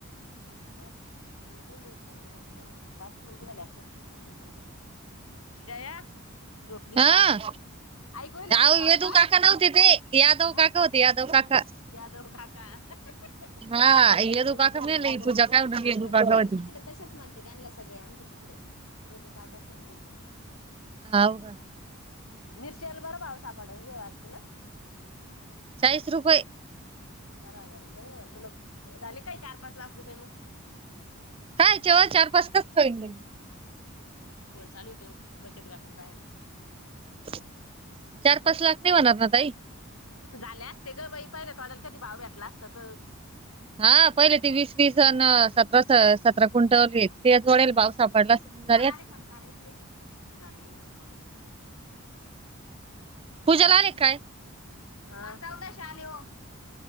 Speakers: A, on the left; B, on the right.
A: मग काही येत मग पु पाच मिनिट झाली आताहा मिनट. जया झोपली
B: हां,
A: काय ऐकलेल्या
B: अहो
A: आमच्या गप्पा.
B: यदू काका नव्हते ते. यादव
A: म
B: काका होते यादव काका.
A: यादव काका ती
B: हां,
A: म्हणते
B: यदू
A: यदव काका नसत
B: मेले
A: यादव
B: पूजा
A: काका
B: काय
A: होते.
B: म्हणून
A: हा
B: यदू
A: आता
B: काका
A: म
B: होते.
A: म तिकडच तशाच म्हणते त्यांला सगळे आमच्या तिकडे. वेदू काकाच म्हणत्यात.
B: <unintelligible>
A: मिरच्याला बरं भाव सापडला तुझ्या व अर्चना.
B: चाळीस रुपये
A: चार हजार बरी आहे म. तुला झाले काय चार पाच लाख रुपये मग.
B: कायच्याव्ह चार पाच कसकाय होईन.
A: फोन चालूये तो बचत गटाच्या बायांचा.
B: चार पाच लाख नाही होणार ना ताई.
A: झाले असते ग बाई पाहिले तोड्याला कधी भाव भेटला असता तर.
B: हा पहिले ते वीस तीस जण सतरा सतरा कुंटवली ते तोडेल भाव सापडला. तर
A: तुम्हाला
B: झाली असती.
A: आले पण कार्याचे पैसे. झाल नाही अजुन कंप्लीट.
B: पूजाला आले काय?
A: हा चौदाशे आले वो.